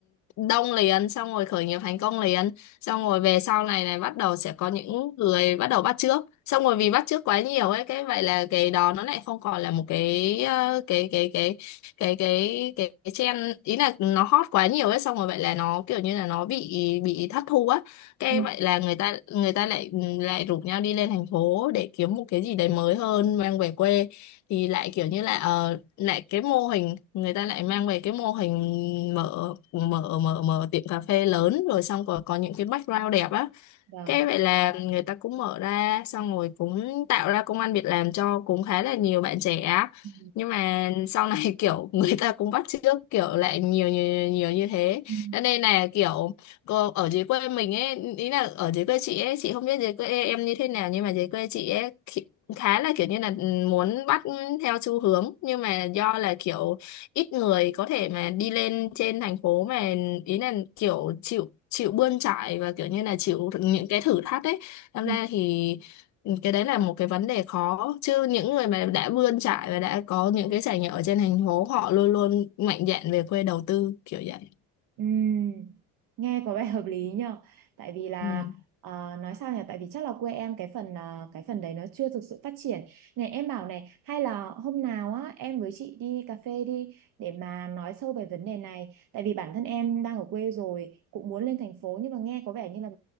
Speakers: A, on the left; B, on the right.
A: đông liền xong rồi khởi nghiệp thành công liền xong rồi về sau này này bắt đầu sẽ có những người bắt đầu bắt chước xong rồi vì bắt chước quá nhiều ấy cái vậy là cái đó nó lại không còn là một cái ờ, cái cái cái cái cái cái cái trend ý là nó hot quá nhiều ấy xong rồi vậy là nó kiểu như là nó bị bị thất thu á cái
B: Ừ.
A: vậy là người ta người ta lại ừ, lại rủ nhau đi lên thành phố để kiếm một cái gì đấy mới hơn mang về quê thì lại kiểu như là ờ, lại cái mô hình người ta lại mang về cái mô hình mở mở mở mở tiệm cà phê lớn rồi xong rồi có những cái background đẹp á
B: Vâng.
A: cái vậy là người ta cũng mở ra xong rồi cũng tạo ra công ăn việc làm cho cũng khá là nhiều bạn trẻ. á.
B: Ừ.
A: Nhưng mà sau này <laughs> kiểu người ta cũng bắt chước kiểu lại nhiều nhiều nhiều như thế.
B: Ừ.
A: Cho nên là kiểu cô ở dưới quê mình ấy, ý là ở dưới quê chị ấy, chị không biết dưới quê em như thế nào nhưng mà dưới quê chị ấy khi- khá là kiểu như là ừ, muốn bắt theo xu hướng nhưng mà do là kiểu ít người có thể mà đi lên trên thành phố mà ý là kiểu chịu chịu bươn chải và kiểu như là chịu những cái thử thách đấy Làm
B: Ừ.
A: ra thì ừ, cái đấy là một cái vấn đề khó chứ những người mà đã bươn chải và đã có những cái trải nghiệm ở trên thành phố họ luôn luôn mạnh dạn về quê đầu tư kiểu vậy
B: Ừm, nghe có vẻ hợp lý nhờ tại vì là
A: ừ.
B: ờ, nói sao nhỉ tại vì chắc là quê em cái phần ờ, cái phần đấy nó chưa thực sự phát triển này em bảo này hay là hôm nào á em với chị đi cà phê đi để mà nói sâu về vấn đề này tại vì bản thân em đang ở quê rồi cũng muốn lên thành phố nhưng mà nghe có vẻ như là